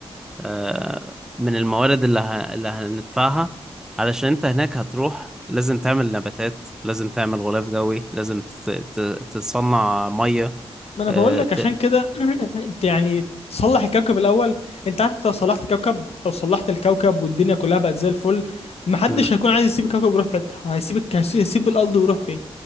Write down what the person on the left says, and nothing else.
ما انا
بقول لك
عشان كده <clears throat> انت يعني تصلح الكوكب الاول انت عارف انت لو صلحت كوكب لو صلحت الكوكب والدنيا كلها بقت زي الفل محدش
هيكون عايز يسيب الكوكب ويروح في حته هيسيب الك- هيسيب الارض ويروح فين